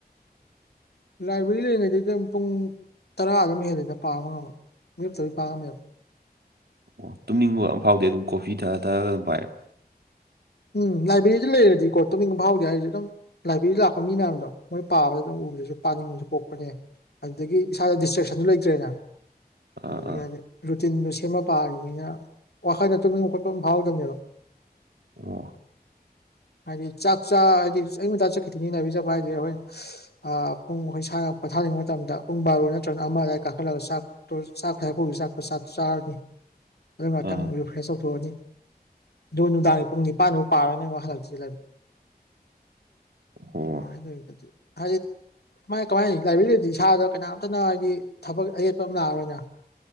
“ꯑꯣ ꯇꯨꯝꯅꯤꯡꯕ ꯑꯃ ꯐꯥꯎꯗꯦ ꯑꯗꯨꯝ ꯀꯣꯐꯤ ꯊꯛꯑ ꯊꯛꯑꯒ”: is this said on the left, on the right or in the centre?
Right